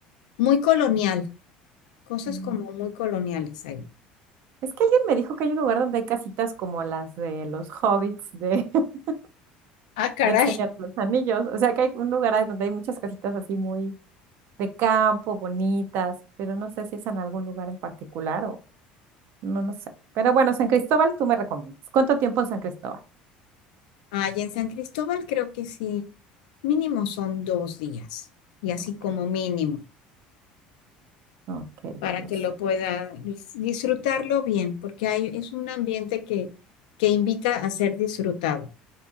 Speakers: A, on the left (about 80°); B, on the right (about 60°).
A: Muy colonial, cosas
B: Mm.
A: como muy coloniales ahí.
B: Es que alguien me dijo que hay un lugar donde hay casitas como las de los hobbits de, <laughs>
A: Ah, caray.
B: del Señor de los Anillos. O sea que hay un lugar ahí donde hay muchas casitas así muy de campo, bonitas, pero no sé si es en algún lugar en particular o No, no sé. Pero bueno, San Cristóbal, tú me recomiendas. ¿Cuánto tiempo en San Cristóbal?
A: Allá en San Cristóbal creo que sí, mínimo son dos días, y así
B: Oh,
A: como mínimo,
B: Ok,
A: para
B: dos,
A: que lo pueda dis- disfrutarlo bien, porque hay, es un ambiente que, que invita a ser disfrutado.